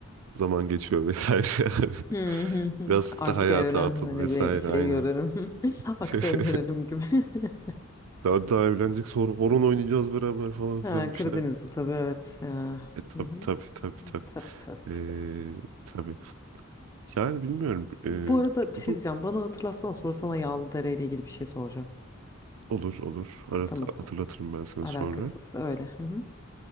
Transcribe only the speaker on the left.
Hı hı hı.
Artık
evlen
hani
bir şey
görelim. <laughs> Aksiyon
görelim gibi. <laughs>
Ha,
Karadeniz'de
tabii evet. Ya.
Hı hı.
Tabii tabii
tabii.
Bu arada bir
şey
diyeceğim. Bana hatırlatsana sonra sana Yağlıdere ile ilgili bir şey soracağım.
Tamam.
Alakasız
öyle. Hı hı.